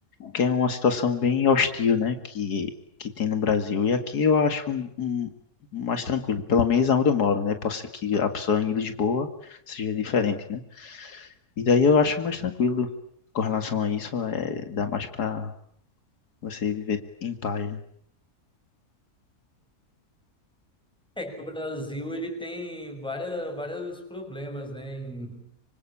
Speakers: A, on the left; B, in the centre.
A: que é uma situação bem hostil, né, que, que tem no Brasil. E aqui eu acho um, um- mais tranquilo, pelo menos aonde eu moro, né? Pode ser que a pessoa em Lisboa seja diferente, né? E daí eu acho mais tranquilo com relação a isso, é, dá mais para você viver em paz. né?
B: É que o Brasil ele tem várias, vários problemas, né? Em